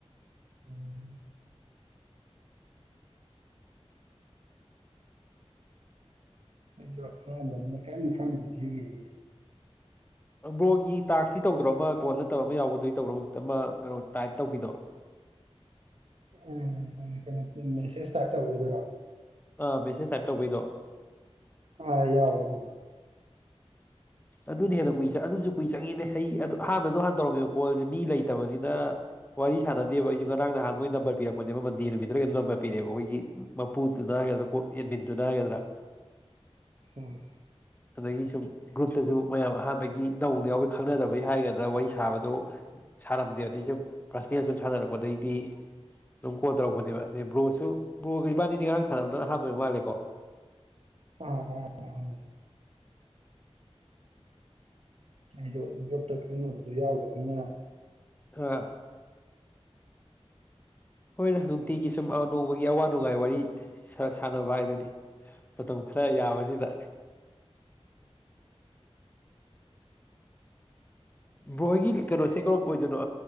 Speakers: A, on the right (about 65°); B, on the left (about 15°).
A: ꯎꯝ ꯑꯩꯁꯨ ꯍꯥ ꯃꯅꯦ ꯀꯝ ꯈꯁꯤꯒ
B: ꯕ꯭ꯔꯣꯒꯤ ꯇꯥꯛꯁꯁꯤ ꯇꯧꯗ꯭ꯔꯣ ꯑꯃ ꯀꯣꯟ ꯅꯠꯇꯕ ꯑꯃ ꯌꯥꯎꯕꯗꯨꯗꯤ ꯇꯧꯗꯣ ꯑꯃ ꯀꯩꯅꯣ ꯇꯥꯏꯞ ꯇꯧꯕꯤꯗꯣ
A: ꯎꯝ ꯀꯩꯅꯣ ꯃꯦꯁꯦꯁ ꯏꯁꯇꯥꯔꯠ ꯇꯧꯣꯏꯗꯣꯏꯔꯣ
B: ꯑꯥ ꯃꯦꯁꯦꯁ ꯇꯥꯏꯞ ꯇꯧꯕꯩꯗꯣ
A: ꯑꯥ ꯌꯥꯎꯋꯦ ꯑꯗꯨꯗ
B: ꯑꯗꯨꯅ ꯍꯦꯟꯅ ꯀꯨꯏ ꯑꯗꯨꯁꯨ ꯀꯨꯏ ꯆꯪꯉꯤꯅꯦ ꯑꯩ ꯑꯗꯨ ꯍꯥꯟꯅꯗꯣ ꯍꯥꯟꯅ ꯇꯧꯔꯝꯃꯤꯕ ꯀꯣꯜꯁꯦ ꯃꯤ ꯂꯩꯇꯕꯅꯤꯅ ꯋꯥꯔꯤ ꯁꯥꯟꯅꯗꯦꯕ ꯑꯩ ꯉꯔꯥꯡ ꯅꯍꯥꯟ ꯃꯣꯏ ꯅꯝꯕꯔ ꯄꯤꯔꯛꯄꯅꯦꯕ ꯃꯟꯗꯦ ꯅꯨꯃꯤꯠꯇ꯭ꯔꯒꯩꯅꯣ ꯅꯝꯕꯔ ꯄꯤꯔꯦꯕ ꯑꯩꯈꯣꯏꯒꯤ ꯃꯄꯨꯗꯨꯅ ꯍꯥꯏꯒꯗ꯭ꯔꯥ ꯀꯣ ꯌꯦꯟꯕꯤꯟꯗꯨꯅ ꯍꯥꯏꯒꯗ꯭ꯔꯥ
A: ꯎꯝ
B: ꯑꯗꯒꯤ ꯁꯨꯝ ꯒ꯭ꯔꯨꯞꯇꯁꯨ ꯃꯌꯥꯝ ꯑꯍꯥꯟꯕꯒꯤ ꯅꯧꯅ ꯌꯥꯎꯕ ꯈꯪꯅꯗꯕꯩ ꯍꯥꯏꯒꯗꯅ ꯋꯥꯔꯤ ꯁꯥꯕꯗꯣ ꯁꯥꯔꯝꯗꯦ ꯑꯗꯗꯒꯤ ꯁꯨꯝ ꯐꯥꯔꯁ ꯗꯌꯥ ꯁꯨꯝ ꯁꯥꯟꯅꯔꯛꯄꯗꯩꯗꯤ ꯑꯗꯨꯝ ꯀꯣꯜ ꯇꯧꯔꯛꯄꯅꯦꯕ ꯑꯗꯩ ꯕ꯭ꯔꯣꯁꯨ ꯕ꯭ꯔꯣꯒ ꯏꯕꯥꯅꯤꯗꯤ ꯉꯔꯥꯡ ꯁꯥꯟꯅꯕꯗꯅ ꯑꯍꯥꯟꯕ ꯃꯥꯜꯂꯦꯀꯣ
A: ꯑ ꯑꯗꯨ ꯑꯩꯁꯨ ꯌꯣꯇ ꯈꯪꯅꯕꯗꯣ ꯌꯥꯎꯗꯕ ꯏꯩꯅ
B: ꯑ ꯍꯣꯏ ꯅ ꯅꯨꯡꯇꯤꯒꯤ ꯁꯨꯝ ꯅꯣꯡꯃꯒꯤ ꯑꯋꯥ ꯅꯨꯡꯉꯥꯏ ꯋꯥꯔꯤ ꯁꯥꯟꯅꯕ ꯍꯥꯏꯗꯨꯅꯤ ꯃꯇꯝ ꯈꯔ ꯌꯥꯕꯁꯤꯗ ꯃꯣꯏꯒꯤ ꯀꯩꯅꯣꯁꯦ ꯀꯔꯣꯝ ꯑꯣꯏꯗꯣꯏꯅꯣ